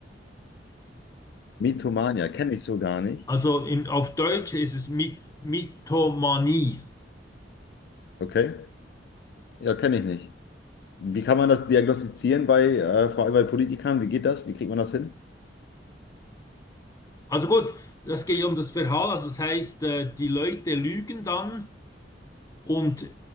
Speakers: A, on the left; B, on the left.
A: Mythomania, kenne ich so gar nicht.
B: Also in, auf Deutsch ist es My Mythomanie.
A: Okay. Ja, kenne ich nicht. Wie kann man das diagnostizieren bei, äh, vor allem bei Politikern? Wie geht das? Wie kriegt man das hin?
B: Also gut, das geht um das Verhalten, also das heißt, äh, die Leute lügen dann und